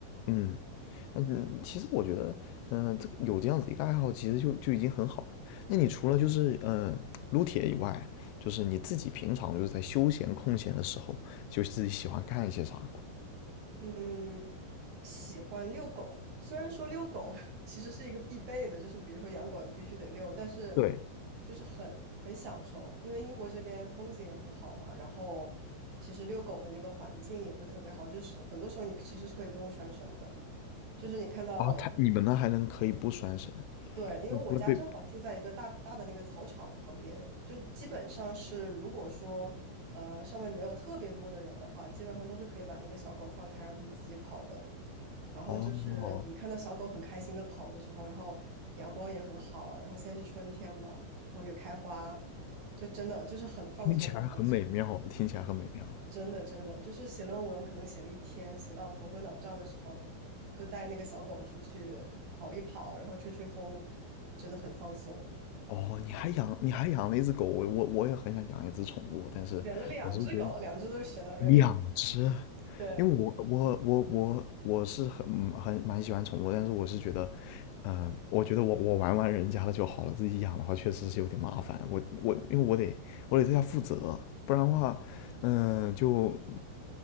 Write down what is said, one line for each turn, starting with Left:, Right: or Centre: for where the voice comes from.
Left: 嗯嗯，其实我觉得，嗯、这个有这样子一个爱好，其实就就已经很好了。那你除了就是嗯、呃撸铁以外，就是你自己平常就是在休闲空闲的时候，就自己喜欢干一些啥？
Right: 嗯，喜欢遛狗。虽然说遛狗 <laughs> 其实是一个必备的，就是比如说养狗你必须得遛，但是
Left: 对，
Right: 就是很很享受，因为英国这边风景也很好嘛，然后其实遛狗的那个环境也会特别好，就是很多时候你其实是可以不用拴绳的，就是你看到，
Left: 啊，它你们那还能可以不拴绳，
Right: 对，因为我家正好住在一个大大的那个草场旁边，
Left: 那不会被
Right: 就基本上是如果说呃上面没有特别多的人的话，基本上都是可以把那个小狗放开让它们自己跑的。然后就是你看到小狗很开心的跑的时候，
Left: 哦，
Right: 然后阳光也很好，然后现在是春天嘛，然后有开花，就真的就是很放松，
Left: 听起来很美妙，
Right: 放松，
Left: 听起来很美妙。
Right: 真的真的就是写论文可能写了一天，写到头昏脑胀的时候，就带那个小狗出去跑一跑，然后吹吹风，就真的很放松。
Left: 哦，你还养你还养了一只狗，我我我也很想养一只宠物，但是我是觉得
Right: 养了两只狗，两只都是雪纳瑞，
Left: 两只，
Right: <laughs> 对，
Left: 因为我我我我我是很很蛮喜欢宠物，但是我是觉得，呃，我觉得我我玩玩人家的就好了，自己养的话确实是有点麻烦，我我因为我得我得对它负责，不然的话，嗯、就